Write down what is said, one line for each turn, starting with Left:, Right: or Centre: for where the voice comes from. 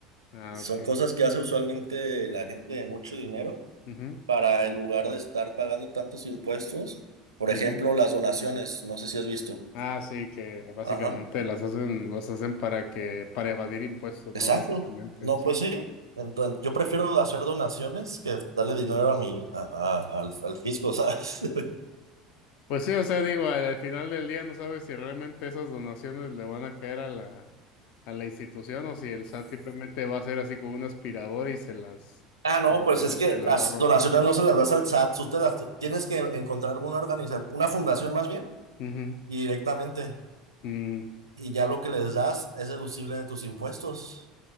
Left: Ah,
Right: Son
Left: ok.
Right: cosas que hace usualmente la gente de mucho dinero
Left: Ujú,
Right: para, en lugar de estar pagando tantos impuestos, por
Left: ujú.
Right: ejemplo, las donaciones, no sé si has visto.
Left: Ah, sí, que básicamente
Right: Ajá,
Left: las hacen, las hacen para que, para evadir impuestos,
Right: exacto.
Left: ¿no? Básicamente.
Right: No,
Left: Sí,
Right: pues sí. Entonces, yo prefiero hacer donaciones que darle dinero a mi, a- a- al, al fisco, ¿sabes? <laughs>
Left: Pues sí, o sea, digo, al, al final del día no sabes si realmente esas donaciones le van a caer a la, a la institución o si el SAT simplemente va a ser así como una aspiradora y se las,
Right: Ah, no,
Left: se las,
Right: pues
Left: se
Right: es
Left: las,
Right: que
Left: se las
Right: las
Left: va a robar.
Right: donaciones no se las das al SAT, tú te las te- tienes que encontrar una organización, una fundación más bien,
Left: Ujú.
Right: y directamente,
Left: Mm,
Right: y ya lo que les das es deducible de tus impuestos.